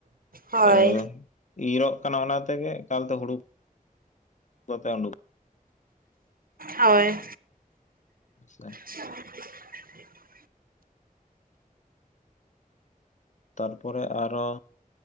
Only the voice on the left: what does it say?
ᱮᱻ ᱤᱨᱚᱜ ᱠᱟᱱᱟ ᱚᱱᱟᱛᱮᱜᱮ ᱮᱠᱟᱞᱛᱮ ᱦᱩᱲᱩ ᱠᱚᱛᱮ ᱩᱸᱰᱩᱜ
ᱦᱮᱥᱮ
ᱛᱟᱨᱯᱚᱨᱮ ᱟᱨᱚ